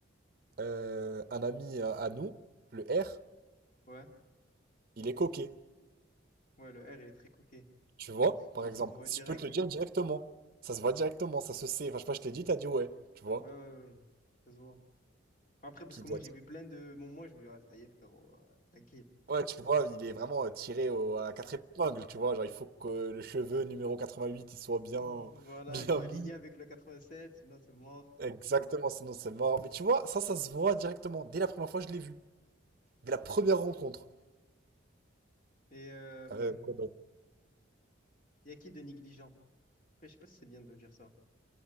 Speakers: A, on the right (about 45°); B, on the left (about 40°).
A: Euh, un ami à à nous, le R,
B: Ouais,
A: il est coquet.
B: ouais, le R, il est très coquet.
A: Tu vois,
B: Mais c-
A: par
B: mais
A: exemple,
B: ça se voit
A: si
B: direct.
A: je peux te le dire directement. Ça se voit directement, ça se sait. Enfin, je sais pas, je te l'ai dit, t'as dit ouais, tu vois.
B: Ouais, ouais, ouais, ça se voit. Après, parce
A: Qui
B: que
A: d'autre?
B: moi, j'ai vu plein de moments, je me dis, ah, ça y est, frérot, euh, tranquille.
A: Ouais, tu vois, il est vraiment euh, tiré au- à quatre épingles, tu vois. Genre, il faut que le cheveu numéro 88, il soit bien,
B: Mm, Voilà,
A: <laughs> bien
B: ils sont alignés
A: mis.
B: avec le 87, sinon c'est mort.
A: Exactement, sinon c'est mort. Mais tu vois, ça, ça se voit directement. Dès la première fois, je l'ai vu. Dès la première rencontre.
B: Et euh,
A: Euh, quoi d'autre
B: il y a qui de négligent? Après, je sais pas si c'est bien de dire ça.